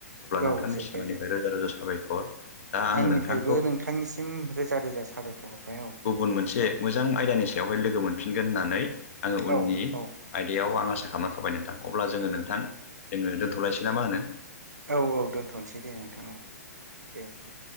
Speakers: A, on the left; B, on the right.
A: अब्ला नोंथांनि
B: जोब्बाय
A: सिमांनिफ्राय
B: जोब्बाय
A: रोजा रोजा साबायखर दा आङो
B: आंनिफ्रायबो
A: नोंथांखौ
B: नोंथांनिसिम रोजा रोजा साबायखर हरबाय औ
A: गुबुन मोनसे
B: औ
A: मोजां आयदानि सायाव लोगो मोनफिनगोन होनानै आं उननि
B: औ औ
A: आइदायाव आं खालामना थाबाय नोंथां। अब्ला जोङो नोंथां जोङो दोनथ'लायसै ना मा होनो?
B: औ औ दोनथ'नोसै दे नोंथां औ दे दे।